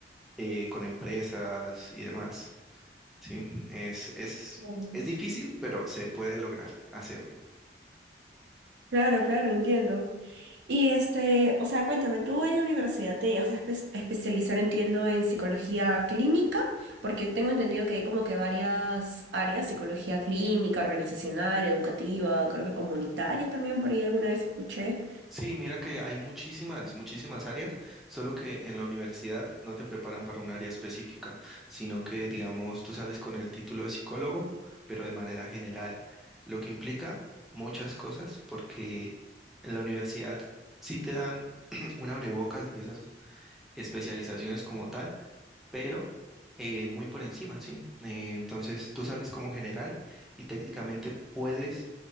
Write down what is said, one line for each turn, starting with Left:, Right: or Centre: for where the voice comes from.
Centre: eh, con empresas y demás, ¿sí? Es, es,
Right: Mm.
Centre: es difícil, pero se puede lograr hacer.
Right: Claro, claro, entiendo. Y este, o sea, cuéntame, tú en la universidad te vas a espe- especializar, entiendo, en psicología clínica, porque tengo entendido que hay como que varias áreas, psicología clínica, organizacional, educativa, creo que comunitaria también, por ahí alguna vez escuché.
Centre: Sí, mira que hay muchísimas, muchísimas áreas, solo que en la universidad no te preparan para un área específica, sino que, digamos, tú sales con el título de psicólogo, pero de manera general, lo que implica muchas cosas, porque en la universidad sí te dan <clears throat> un abrebocas de esas especializaciones como tal, pero eh, muy por encima, ¿sí? Eh, entonces tú sales como general y técnicamente puedes